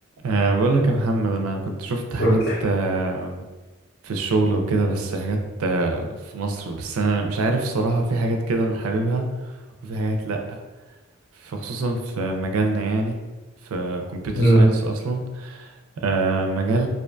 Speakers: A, on the right; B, on the left.
A: أه بقول لك يا محمد انا كنت شفت حاجات
B: قول لي.
A: أه في الشغل وكده بس حاجات أه في مصر بس انا مش عارف صراحة في حاجات كده انا حاببها وفي حاجات لا فخصوصا في مجالنا يعني في كمبيوتر
B: مم.
A: ساينس اصلا أه مجال